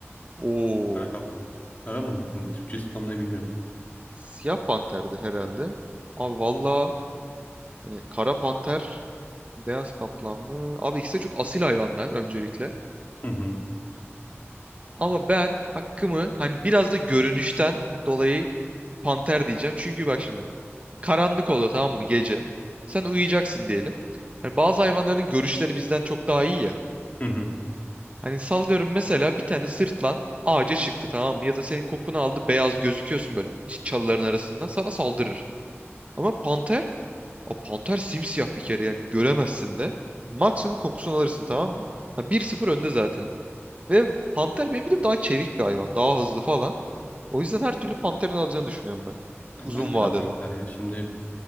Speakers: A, on the right; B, on the left.
A: Oo,
B: Kara kaplan. Kara mı? oldu? Ne- Türkçesi tam ne bilmiyorum.
A: siyah panterdir herhalde. Abi valla hani kara panter, beyaz kaplan mı? Abi ikisi de çok asil hayvanlar öncelikle.
B: Hı hı.
A: Ama ben hakkımı hani biraz da görünüşten dolayı panter diyeceğim. Çünkü bak şimdi karanlık oldu tamam mı gece. Sen uyuyacaksın diyelim. Hani bazı hayvanların görüşleri bizden çok daha iyi ya.
B: Hı hı.
A: Hani sallıyorum mesela bir tane sırtlan ağaca çıktı tamam mı? Ya da senin kokunu aldı beyaz gözüküyorsun böyle çalıların arasından sana saldırır. Ama panter, a panter simsiyah bir kere yani göremezsin de. Maksimum kokusunu alırsın tamam mı? Ha, bir sıfır önde zaten. Ve panter benim bildiğim daha çevik bir hayvan. Daha hızlı falan. O yüzden her türlü panterin alacağını düşünüyorum ben.
B: Ya
A: Uzun
B: bence
A: vadede.
B: de panter ya. Şimdi